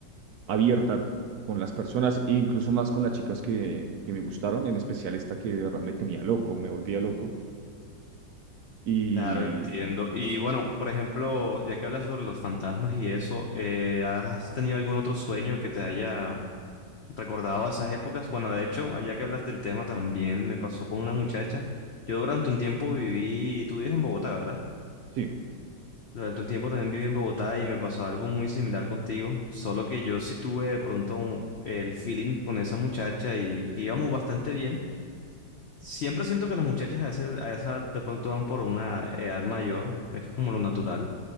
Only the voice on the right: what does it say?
abierta con las personas e incluso más con las chicas que, que me gustaron, en especial esta que de verdad me tenía loco, me volvía loco. Y
sí,